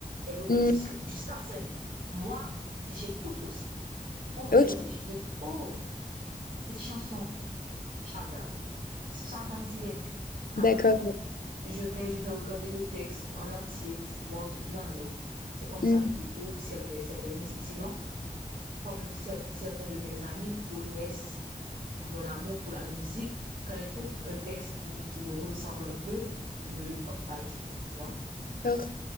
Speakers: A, on the right; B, on the left.
A: Elles regardent
B: Hmm,
A: juste, juste la scène. Moi, j'écoute aussi. Oh,
B: ok,
A: je dis, je dis, oh, cette chanson, Shazam. Shazam direct. Après,
B: d'accord.
A: je vais, je vais regarder le texte en entier, voir ce qu'il en est. C'est comme
B: Hmm,
A: ça que je découvre certaines, certaines musiques. Sinon, comme cer- certains de mes amis connaissent mon amour pour la musique, quand il trouve un texte qui, qui me ressemble un peu, il me le partage. Tu vois?
B: d'accord.